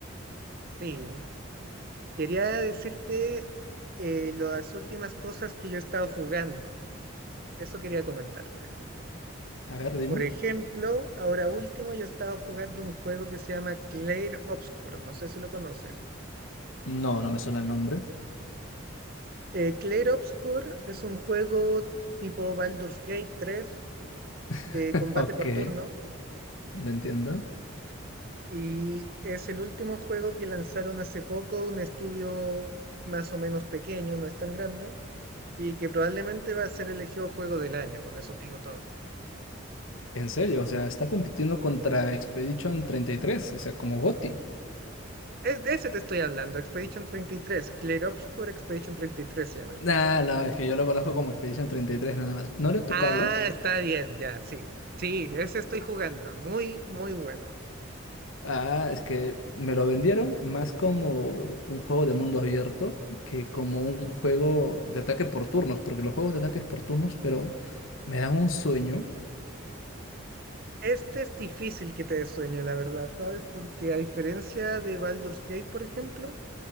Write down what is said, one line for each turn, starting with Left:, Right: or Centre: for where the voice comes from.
Right: sí, quería decirte eh, las últimas cosas que yo he estado jugando, eso quería comentarte.
Left: A ver, dime.
Right: Por ejemplo, ahora último yo he estado jugando un juego que se llama Clair Obscur, no sé si lo conoces.
Left: No, no me suena el nombre.
Right: Eh, Clair Obscur es un juego tipo Baldur's Gate 3
Left: <laughs>
Right: de combate
Left: Ok,
Right: por turnos
Left: lo entiendo.
Right: y es el último juego que lanzaron hace poco, un estudio más o menos pequeño, no es tan grande, y que probablemente va a ser elegido juego del año, con eso te digo todo.
Left: En serio, o sea, está compitiendo contra Expedition 33, o sea, como GOTY.
Right: Es, de ese te estoy hablando, Expedition 33, Clear Obscure Expedition treinta y tres se llama el
Left: Nah,
Right: juego.
Left: no, es que yo lo conozco como Expedition 33 nada más. No lo he tocado,
Right: Ah, está bien, ya, sí. Sí, ese estoy jugando, muy, muy bueno.
Left: Ah, es que me lo vendieron más como un juego de mundo abierto que como un juego de ataque por turnos, porque los juegos de ataques por turnos, pero me dan un sueño.
Right: Este es difícil que te dé sueño, la verdad, ¿sabes? Porque a diferencia de Baldur's Gate, por ejemplo,